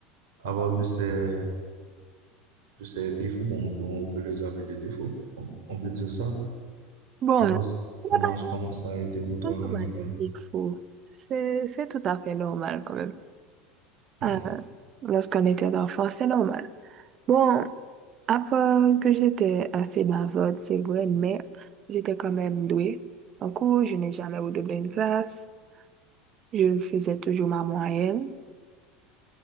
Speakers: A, on the right; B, on the right.
A: à part de ces, de ces défauts, bon, on peut on peut les appeler des défauts, on, on peut dire ça.
B: Bon,
A: À
B: il
A: part ça, comment,
B: y a pas
A: comment ça a été pour toi
B: de- on
A: à
B: parle
A: l'école?
B: de Big Four. C'est, c'est tout à fait normal quand même.
A: Hmm.
B: Euh, lorsqu'on était enfant, c'est normal. Bon, à part que j'étais assez bavarde, c'est vrai, mais j'étais quand même douée. En cours, je n'ai jamais redoublé une classe. Je faisais toujours ma moyenne.